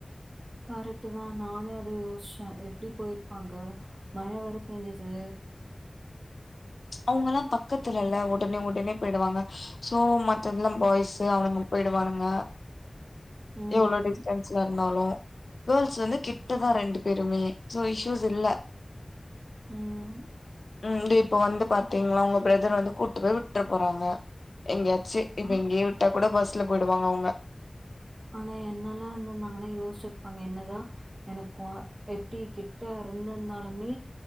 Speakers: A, on the right (about 60°); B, on the left (about 80°).
A: கரெக்ட் தான் நானே அத யோசிச்சேன் எப்படி போயிருப்பாங்க மழை வர பெஞ்சது
B: அவங்க எல்லாம் பக்கத்துல இல்ல உடனே உடனே போய்டுவாங்க சோ மத்ததுெல்லாம் பாய்ஸ் அவனுங்க போயிடுவானுங்க
A: ம்.
B: எவ்வளோ டிஸ்டன்ஸ்ல பஸ்ட் கிட்டுதான் ரெண்டு பேருமே சோ இசியூஸ் இல்ல
A: ம்.
B: உம் இப்ப வந்து பாத்தீங்களா உங்க பிரதர் வந்து கூட்டுப் போய் விட்ட போறாங்க எங்கயாச்சு இப்ப
A: ஆ
B: எங்கேயே விட்டா கூட பஸ்ல போயிடுவாங்க அவங்க
A: ஆனா என்னல்லாம் இருந்த இருந்தாங்கன்னா யோசிச்சிரு ப்பாங்க என்னதான் எனக்கு எப்படி கிட்ட இருந்திருந்தாலுமே